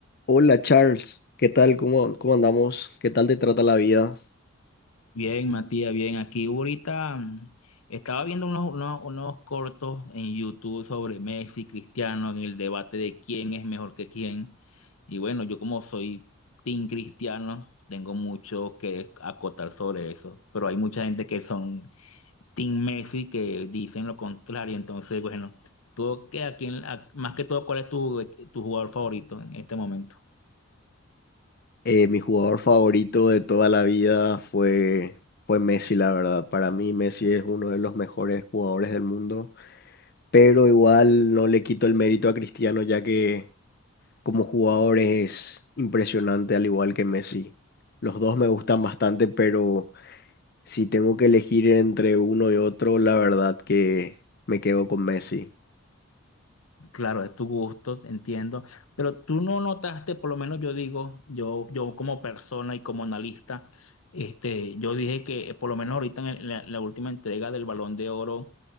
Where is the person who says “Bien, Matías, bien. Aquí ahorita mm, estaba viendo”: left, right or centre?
Left